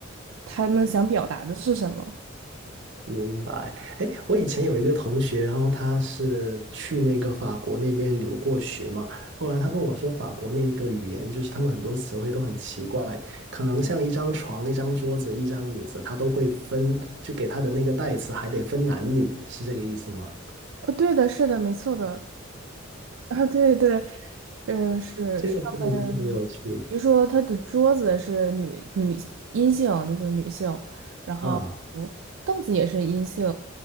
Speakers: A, on the right; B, on the right.
A: 他们想表达的是什么。
B: 明白。哎，我以前有一个同学，然后他是去那个法国那边留过学嘛，后来他跟我说，法国那个语言就是他们很多词汇都很奇怪，可能像一张床、一张桌子、一张椅子，他都会分，就给他的那个代词还得分男女，是这个意思吗？
A: 哦，对的，是的，没错的。<laughs> 啊，对对，嗯，是上分，
B: 这个真的是特别有趣
A: 比如说他的桌子是女女阴性，就是女性，然后
B: 啊
A: 凳子也是阴性，